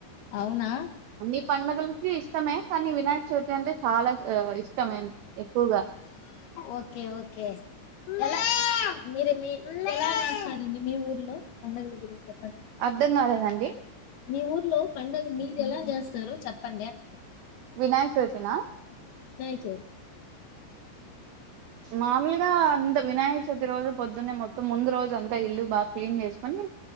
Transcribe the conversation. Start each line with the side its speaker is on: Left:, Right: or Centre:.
Left: అవునా
Right: నీ పండుగలకి ఇష్టమే కానీ వినాయక చవితి అంటే చాలా ఇష్టమే ఎక్కువగా
Left: ఓకే ఓకే ఎలా మీరు మీ ఎలా చేస్తారండి మీ ఊర్లో పండుగల గురించి చే
Right: అర్ధం కాలేదండి
Left: మీ ఊర్లో పండుగ మీరు ఎలా చేస్తారు చెప్పండి అంటున్న
Right: వినాయక చవితి నా
Left: చె
Right: మామూలుగా అంత వినాయక చవితి రోజు పొద్దున్నే మొత్తం ముందు రోజు అంతా ఇల్లు బాగా క్లీన్ చేసుకొని